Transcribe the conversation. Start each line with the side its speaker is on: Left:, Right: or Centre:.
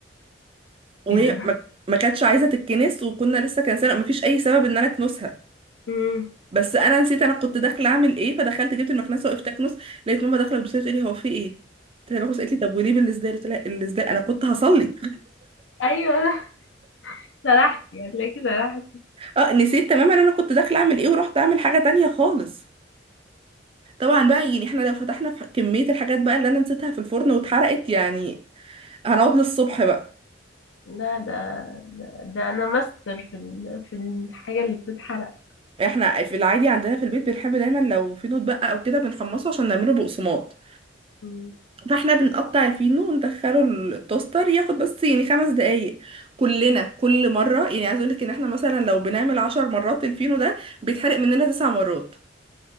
Right: وهي
Left: ايه ده
Right: ما ما كانتش عايزه تتكنس وكنا لسه كان سنه ما فيش اي سبب ان انا اكنسها
Left: مم.
Right: بس انا نسيت انا كنت داخله اعمل ايه فدخلت جبت المكنسه وقفت اكنس لقيت ماما داخله بتبص لي بتقولي هو في ايه قلت لها بكنس قالت لي طب وليه بالازاي قلت لها الازاي انا كنت هصلي
Left: ايوه <laughs> سرحتي هتلاقيكي سرحتي
Right: اه نسيت تماما انا كنت داخله اعمل ايه ورحت اعمل حاجه تانية خالص طبعا بقى يعني احنا لو فتحنا في كميه الحاجات بقى اللي انا نسيتها في الفرن واتحرقت يعني هنقعد للصبح بقى
Left: لا ده ده, ده انا ماستر في ال... في الحاجه اللي بتتحرق
Right: احنا في العادي عندنا في البيت بنحب دايما لو في نوت بقى او كده بنحمصه عشان نعمله بقسماط
Left: مم.
Right: فاحنا بنقطع الفينو وندخله التوستر ياخد بس يعني خمس دقايق كلنا كل مرة يعني عايز اقولك ان احنا مثلا لو بنعمل عشر مرات الفينو ده بيتحرق مننا تسع مرات